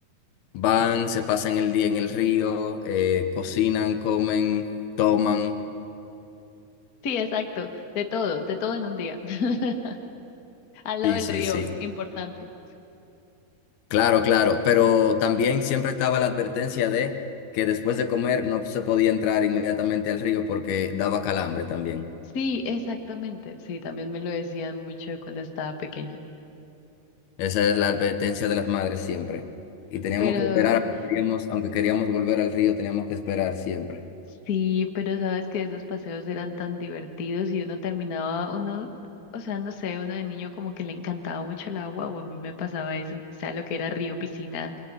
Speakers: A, on the left; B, on the left.
A: Van, se pasan el día en el río, eh, cocinan, comen, toman.
B: Sí, exacto, de todo, de todo en un día. <laughs> Al lado
A: Sí,
B: del
A: sí,
B: río,
A: sí.
B: importante.
A: Claro, claro, pero también siempre estaba la advertencia de que después de comer no se podía entrar inmediatamente al río porque daba calambre también.
B: Sí, exactamente. Sí, también me lo decían mucho cuando estaba pequeña.
A: Esa es la advertencia de las madres siempre. Y teníamos
B: Pero
A: que esperar, aunque queríamos, aunque queríamos volver al río, teníamos que esperar siempre.
B: sí, pero sabes que esos paseos eran tan divertidos y uno terminaba, uno, o sea, no sé, uno de niño como que le encantaba mucho el agua, o a mí me pasaba eso. O sea, lo que era río, piscina,